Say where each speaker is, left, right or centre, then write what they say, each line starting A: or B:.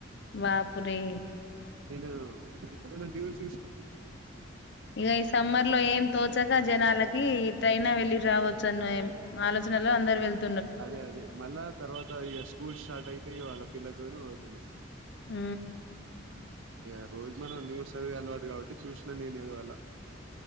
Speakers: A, on the left (about 60°); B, on the right (about 80°).
A: బాపురె
B: నేను టీవీ చూసినా
A: ఇక ఈ సమ్మర్ లో ఏం తోచక జనాలకి ట్రైన్ లో వెళ్లి రావచ్చు అని ఆలోచనలో అందరు వెళ్తు
B: అదే అదే మళ్ళా తర్వాత ఇక స్కూల్ స్టార్ట్ అయితే ఇవాళ పిల్లతోనే పోతున్నా
A: ఆ
B: ఇగ రోజు మనం న్యూస్ చదివె అలవాటు కాబట్టి చూసిన నేనేదో అలా